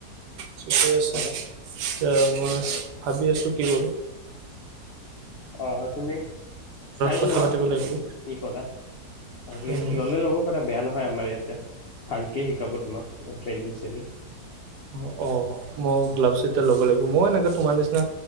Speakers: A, on the right (about 85°); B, on the left (about 75°).
A: ঠিকে আছে
B: কৰা
A: এ মই ভাবি আছো <unintelligible>
B: অ তুমি চাই
A: কথা
B: লোৱা
A: পাতিব
B: তুমি
A: লাগিব
B: কি কৰা বাকী
A: উম,
B: ললে ল'ব পাৰা বেয়া নহয় আমাৰ ইয়াতে। ভালকে শিকাব তোমাক কিবা ট্ৰেইনিং চ্ৰেনিং
A: অঁ অঁ মই গ্লাভছ ল'ব লাগিব মই এনেকৈ তোমাৰ নিচিনা